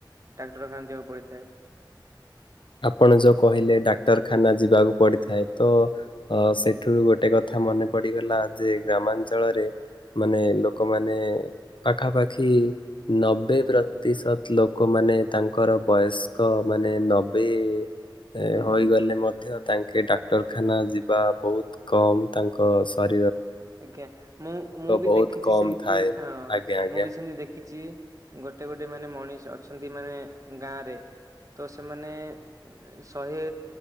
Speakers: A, on the right (about 40°); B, on the left (about 85°).
A: ଡାକ୍ତରଖାନ ଯିବାକୁ ପଡିଥାଏ।
B: ଆପଣ ଯୋଉ କହିଲେ ଡାକ୍ତରଖାନା ଯିବାକୁ ପଡିଥାଏ ତ ଅ ସେଠୁ ଗୋଟେ କଥା ମନେ ପଡ଼ିଗଲା ଯେ ଗ୍ରାମାଞ୍ଚଳରେ ମାନେ ଲୋକମାନେ ପାଖାପାଖି ନବେ ପ୍ରତିଶତ ଲୋକମାନେ ମାନେ ତାଙ୍କର ବୟସ୍କ ମାନେ ନବେ ଏ ହୋଇଗଲେ ମଧ୍ୟ ତାଙ୍କେ ଡାକ୍ତରଖାନା ଯିବା ବହୁତ କମ ତାଙ୍କ ଶର
A: ଆଜ୍ଞା ମୁଁ ମୁଁ ବି
B: ବହୁତ
A: ଦେଖିଛି
B: କମ୍
A: ସେମିତି
B: ଥାଏ।
A: ହଁ
B: ଆଜ୍ଞା ଆଜ୍ଞା
A: ମୁଁ ବି ସେମିତି ଦେଖିଛି। ଗୋଟେ ଗୋଟେ ମାନେ ମଣିଷ ଅଛନ୍ତି ମାନେ ଗାଁ ରେ। ତ ସେମାନେ ଶହେ